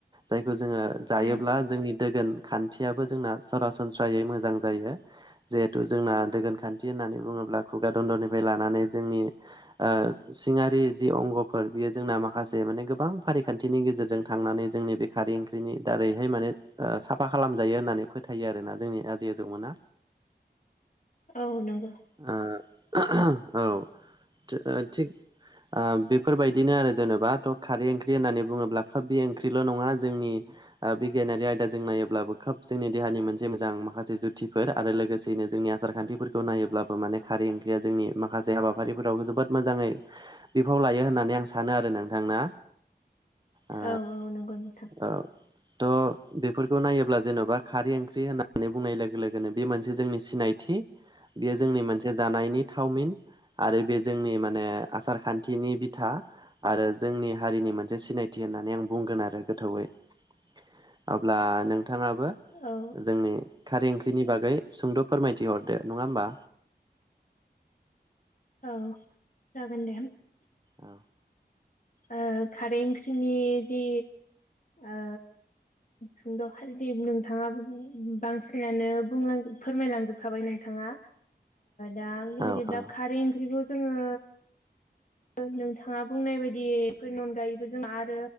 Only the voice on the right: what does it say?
जायखौ जोङो जायोब्ला
जोंनि दोगोन खान्थियाबो जोंना सरासनस्रायै मोजां जायो जिहेथु जोंना दोगोन खान्थि होननानै बुङोब्ला बिगादन्दरनिफ्राय लानानै जोंनि ओ सिङारि जि अंग'फोर बेयो जोंना माखासे माने गोबां फारि खान्थिनि गेजेरजों थांनानै जोंनि बे खारै ओंख्रिनि दारैहाय माने ओ साफा खालामजायो होननानै फो थायो आरोना जोंनि आजि आजौ मोना।
औ <inaudible> थि-थिग ओ बेफोरबायदिनो आरो जेन'बा थ' खारै ओंख्रि होननानै बुङोब्ला ख बे ओंख्रिल' नङा जोंनि बिगियानारि आयदाजों नायोब्लाबो खोब जोंनि देहानि मोनसे मोजां माखासे जुथिफोर आरो लोगोसेयैनो जोंनिया सारखान्थिफोरखौ नायोब्ला माने खारै ओंख्रिया जोंनि माखासे हाबाफारिफोरावबो जोबोद मोजाङै बिफाव लायो होननानै आं सानो आरो नों थांना ओ
औ थ' बेफोरखौ नायोब्ला जेन'बा खारै ओंख्रि होननानै बुंनाय लोगो लोगोनो बे मोनसे जोंनि सिनाय थि जोंनि मोनसे जानायनि थावमिन आरो बे जोंनि माने आसार खान्थिनि बिथा । आरो जोंनि हारिनि मोनसे सिनायथि होननानै आं बुंगोन आरो गोथौयै । अब्ला नोंथाङाबो
जोंनि खारै ओंख्रिनि बागै सुंद' फोरमायथि हरदो नङा होमबा?
औ
औ
औ